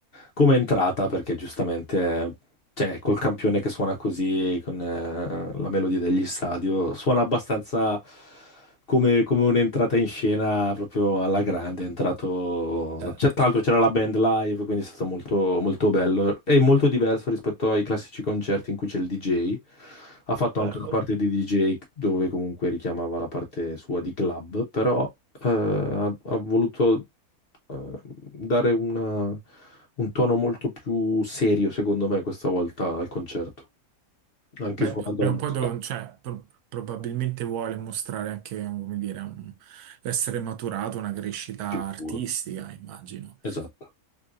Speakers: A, on the left; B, on the right.
A: come entrata, perché giustamente, eh, cioè, col campione che suona così, con eh, la melodia degli stadio, suona abbastanza. come, come un'entrata in scena proprio alla grande. È entrato.
B: certo,
A: c'è- tra
B: certo.
A: l'altro c'era la band live, quindi è stato molto, molto bello. È molto diverso rispetto ai classici concerti in cui c'è il DJ. Ha fatto anche
B: Certo.
A: una parte di DJ dove comunque richiamava la parte sua di club, però eh, ha, ha voluto eh, dare una- un tono molto più serio, secondo me, questa volta al concerto, anche
B: Beh,
A: suonando
B: p- prima
A: la musica,
B: o poi devo- cioè, pro- probabilmente vuole mostrare anche, come dire, un- essere maturato, una crescita artistica,
A: sicuro.
B: immagino,
A: Esatto.